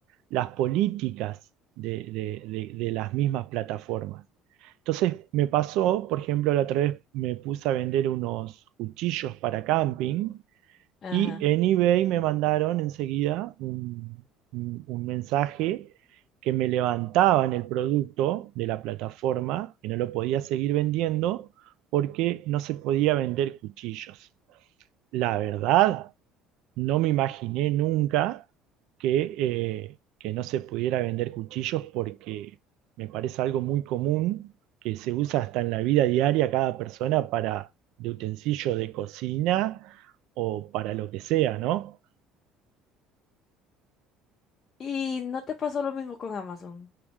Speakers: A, on the right; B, on the left.
A: las políticas de, de de- de las mismas plataformas. Entonces me pasó, por ejemplo, la otra vez me puse a vender unos cuchillos para camping
B: Ajá.
A: y en eBay me mandaron enseguida un, un- un mensaje que me levantaban el producto de la plataforma, que no lo podía seguir vendiendo porque no se podía vender cuchillos. La verdad, no me imaginé nunca que, eh, que no se pudiera vender cuchillos porque me parece algo muy común que se usa hasta en la vida diaria cada persona para de utensilio de cocina o para lo que sea, ¿no?
B: Y no te pasó lo mismo con Amazon.